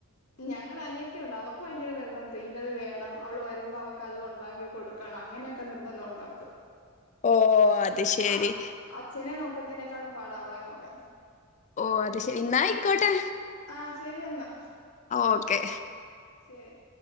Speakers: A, on the left; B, on the left.
A: ഞങ്ങളെ അനിയത്തിയുണ്ട്. അവക്ക് വ യങ്കര നിർബന്ധ, ഇന്നത് വേണം അവള് വരുമ്പോ അവക്ക് അതൊണ്ടാക്കി കൊടുക്കണം. അങ്ങനെയൊക്കെ നിർബന്ധവുണ്ട വക്ക്.
B: ഓ അത് ശരി
A: അ അച്ഛനെ നോക്കുന്നതിനെ ക്കാളും പാട അവളെ നോക്കാൻ.
B: ഓ അത് ശരി ന്ന അയ്ക്കോട്ടെ.
A: ആ ശരി എന്നാ
B: ഓക്കെ
A: ശരി.